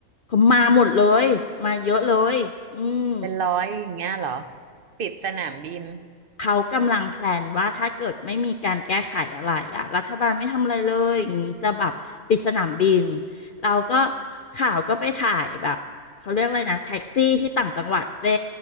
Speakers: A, on the left; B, on the right.
A: ก็มาหมดเลยมาเยอะเลยอืม
B: เป็นร้อยอย่างเงี้ยเหรอปิดสนามบิน
A: เขากำลังแพลนว่าถ้าเกิดไม่มีการแก้ไขอะไรอ่ะรัฐบาลไม่ทำอะไรเลยอย่างนี้จะแบบปิดสนามบินเราก็ข่าวก็ไปถ่ายแบบเขาเรียกอะไรนะแท็กซี่ที่ต่างจังหวัดเจ้